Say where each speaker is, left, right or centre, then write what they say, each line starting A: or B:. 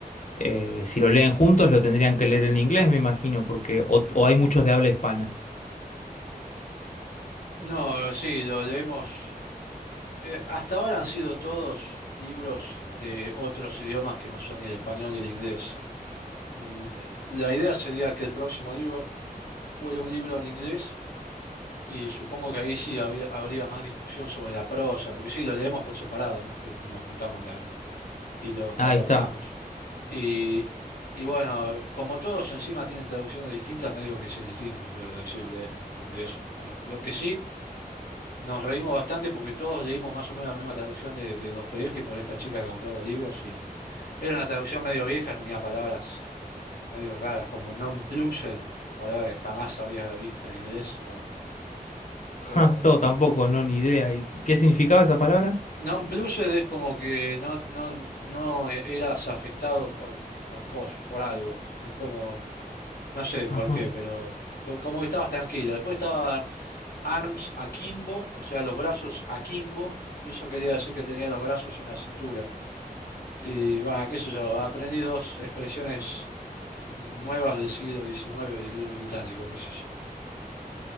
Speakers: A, on the left; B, on the left.
A: eh, si lo leen juntos lo tendrían que leer en inglés, me imagino, porque o o hay muchos de habla hispana.
B: No, sí, lo leemos. eh, hasta ahora han sido todos libros de otros idiomas que no son ni el español ni el inglés. Mm, eh, la idea sería que el próximo libro fuera un libro en inglés y supongo que ahí sí habría, habría más discusión sobre la prosa, porque sí, lo leemos por separado, no es que nos juntamos a leerlo. y lo conversamos.
A: Ahí está. <laughs>
B: Y, y bueno, como todos encima tienen traducciones distintas, medio que es indistinto, yo lo decido leer en, en inglés o en español. Lo que sí, nos reímos bastante porque todos leímos más o menos la misma traducción de, de Dostoyevsky por esta chica que compró los libros y era una traducción medio vieja, tenía palabras medio raras como non-plussed, palabra que jamás había visto en inglés, o, o
A: Ja, todo tampoco, no, ni idea. ¿Y qué significaba esa palabra?
B: non-plussed es como que no, no, no eras afectado por, por cos, por algo. Es como... No sé
A: Ajá.
B: por qué, pero co- como que estabas tranquilo. Después estaba arms akimbo, o sea, los brazos akimbo, y eso quería decir que tenía los brazos en la cintura. Y bueno, qué sé yo, aprendí dos expresiones nuevas del siglo XIX del inglés británico, qué sé yo.